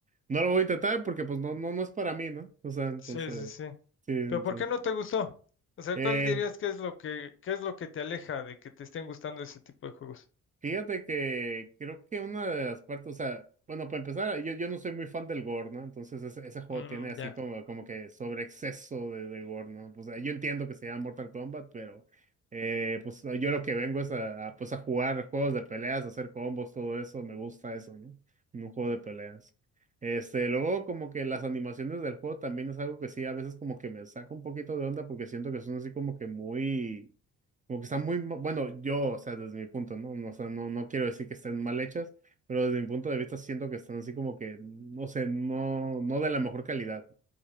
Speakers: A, on the right; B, on the left.
A: No lo voy a intentar porque pues no, no, no es para mí, ¿no? O sea, entonces,
B: Sí, sí, sí.
A: sí, entonces.
B: Pero ¿por qué no te gustó? O sea,
A: eh,
B: ¿cuál dirías que es lo que, qué es lo que te aleja de que te estén gustando ese tipo de juegos?
A: Fíjate que creo que una de las partes, o sea, bueno, para empezar, yo, yo no soy muy fan del gore, ¿no? Entonces ese, ese juego
B: Mm,
A: tiene así
B: ya.
A: como, como que sobre exceso de, de gore, ¿no? Pues eh, yo entiendo que se llama Mortal Kombat, pero eh, pues yo lo que vengo es a, a, pues a jugar juegos de peleas, a hacer combos, todo eso, me gusta eso, ¿no? En un juego de peleas. Este, luego como que las animaciones del juego también es algo que sí, a veces como que me saca un poquito de onda porque siento que son así como que muy como que están muy, ma- bueno, yo, o sea, desde mi punto, ¿no? No, O sea, no, no quiero decir que estén mal hechas, pero desde mi punto de vista siento que están así como que, no sé, no, no de la mejor calidad. ¿no? O